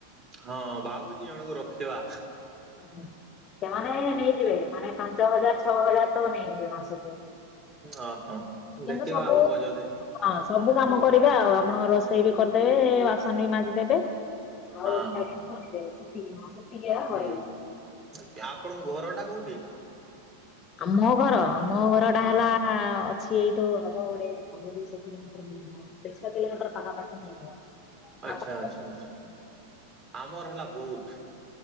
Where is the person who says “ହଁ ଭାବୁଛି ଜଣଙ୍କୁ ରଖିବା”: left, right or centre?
Right